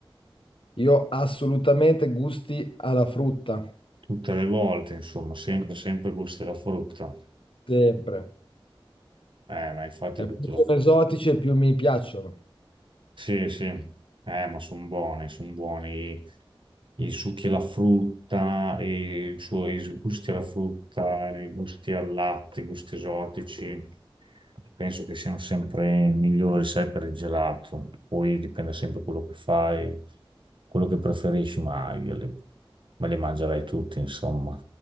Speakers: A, on the left; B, on the right.
A: Io assolutamente gusti alla frutta.
B: Tutte le volte, insomma, sempre, sempre gusti della frutta.
A: sempre.
B: Eh, ma infatti
A: E
B: gusti
A: più sono
B: della frutta.
A: esotici e più mi piacciono.
B: Sì, sì, eh, ma sono buoni, sono buoni i succhi alla frutta, e i suoi gusti alla frutta, i gusti al latte, i gusti esotici. Penso che siano sempre migliori, sai, per il gelato. Poi dipende sempre quello che fai, quello che preferisci, ma io le- me li mangerei tutti, insomma.